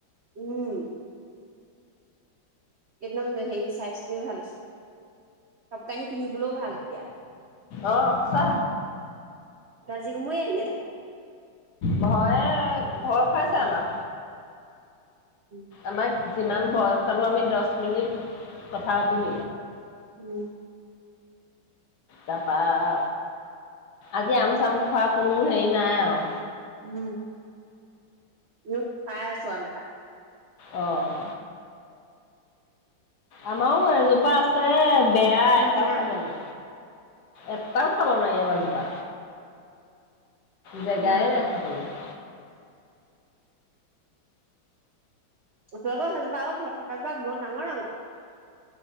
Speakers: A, on the right; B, on the left.
A: উম একদম হে চাইজটোৱে ভাল আছে চব কানি। কিনিবলৈও ভাল তেতিয়া
B: অ', সঁচা
A: কাজ কমৈ আহিলে থাকো
B: ভয়ে ভয় খুৱাইছে আমাক,
A: উম
B: আমাক যিমান ভয় পালো আমি দছ মিনিট কথা পাতিম।
A: উম
B: তাৰাপৰা আজি আম চাম খোৱা কোনো হেৰি নাই আৰু
A: উম। ন খাই আছো আম এটা
B: অঁ আমাৰো এজোপা আছে বেয়া
A: অকমান
B: এটাও
A: টেঙা
B: খাব নাই এটাও খাব নাই এমজোপা জেগাই
A: উম
B: দেখা পালে <inaudible>
A: সেইজোপা অ ঘৰত থকা জোপা বৰ ডাঙৰ ডাঙৰ